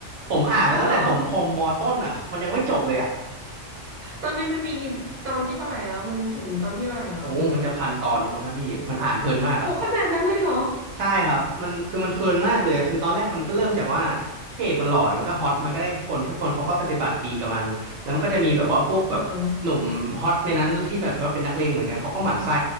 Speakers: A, on the right; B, on the right.
A: ผมอ่านมาตั้งแต่ถมพรมมอต้นอ่ะมันยังไม่จบเลยอ่ะ
B: เอาเหรอตอนนี้มันมีตอนที่เท่าไหร่แล้วมันถึงตอนที่เท่าไหร่แล้วอะคะ
A: โอ้มันจะพันตอนแล้วมั้งครับพี่มันอ่านเพลินมากอ่ะ
B: โหขนาดนั้นเลยเหรอ
A: ใช่ครับมันคือมันเพลินมากเลยอะคือตอนแรกมันก็เริ่มจากว่าพระเอกมันหล่อมันก็ฮอตมันก็ได้คนทุกคนเขาก็ปฏิบัติดีกับมันแล้วมันก็จะมีแบบว่าพวกแบบหนุ่มฮอตในนั้นที่แบบว่าเป็นนักเลงเหมือนกันเขาก็หมั่นไส้
B: อ่า